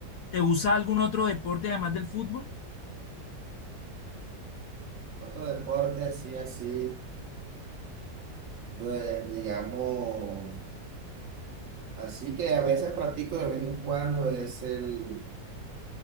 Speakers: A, on the left; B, on the right.
A: ¿Te gusta algún otro deporte además del fútbol?
B: Otro deporte así, así, pues, digamos, así que a veces practico de vez en cuando es el,